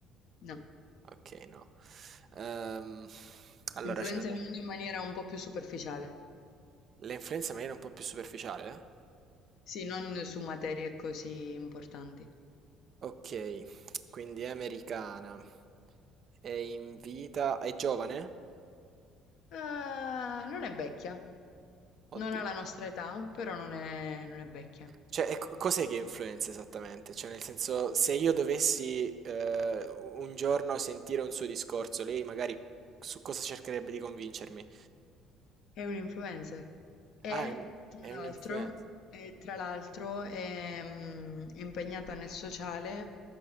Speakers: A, on the left (about 60°); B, on the right (about 45°).
A: no.
B: Ok, no. Ehm, allora,
A: Influenza
B: c'è la,
A: il mondo in maniera un po' più superficiale.
B: la influenza in maniera un po' più superficiale, eh?
A: Sì, non su materie così importanti.
B: Ok, quindi è americana. È in vita. È giovane?
A: Eh, non è vecchia,
B: Oddio.
A: non ha la nostra età, però non è, non è vecchia.
B: Cioè, e co- cos'è che influenza esattamente? Cioè, nel senso, se io dovessi eh, un giorno sentire un suo discorso, lei magari su cosa cercherebbe di convincermi?
A: È un influencer. E
B: Ah, è un-
A: tra
B: è
A: l'altro,
B: un'influenza.
A: e, tra l'altro è mm, impegnata nel sociale